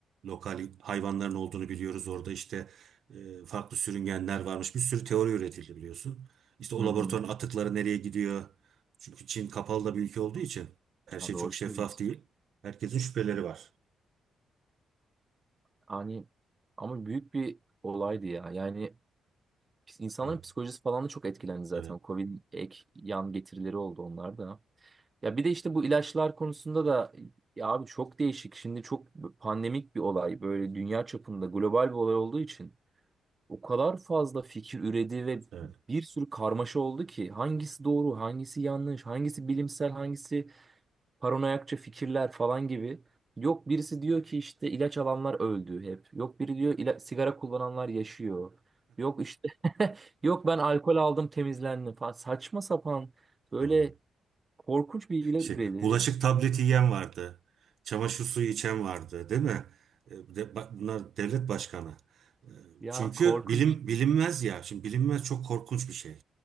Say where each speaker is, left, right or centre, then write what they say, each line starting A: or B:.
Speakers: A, on the right; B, on the right.
A: lokal hayvanların olduğunu biliyoruz. Orada işte e, farklı sürüngenler varmış. Bir sürü teori üretildi biliyorsun. İşte o
B: Hı
A: laboratuvarın
B: hı.
A: atıkları nereye gidiyor? Çünkü Çin kapalı da bir ülke olduğu için her şey
B: Ha, doğru
A: çok şeffaf
B: söylüyorsun.
A: değil. Herkesin şüpheleri var.
B: Hani ama büyük bir olaydı ya. Yani pis- insanların
A: Evet,
B: psikolojisi falan da çok etkilendi zaten.
A: evet,
B: Covid ek yan getirileri oldu onlar da. Ya bir de işte bu ilaçlar konusunda da ya abi çok değişik. Şimdi çok pandemik bir olay. Böyle dünya çapında global bir olay olduğu için. O kadar fazla fikir üredi ve
A: evet,
B: bir sürü karmaşa oldu ki hangisi doğru, hangisi yanlış, hangisi bilimsel, hangisi paranoyakça fikirler falan gibi. Yok birisi diyor ki işte ilaç alanlar öldü hep. Yok biri diyor ila- sigara kullananlar yaşıyor. Yok işte <laughs> yok ben alkol aldım temizlendim falan. Saçma sapan böyle
A: doğru.
B: korkunç bilgiler
A: Şey,
B: üredi.
A: bulaşık tableti yiyen vardı. Çamaşır suyu içen vardı, değil mi? E, de- ba- bunlar devlet başkanı. E,
B: Ya
A: Çünkü
B: korkunç.
A: bilim bilinmez ya. Şimdi bilinmez çok korkunç bir şey.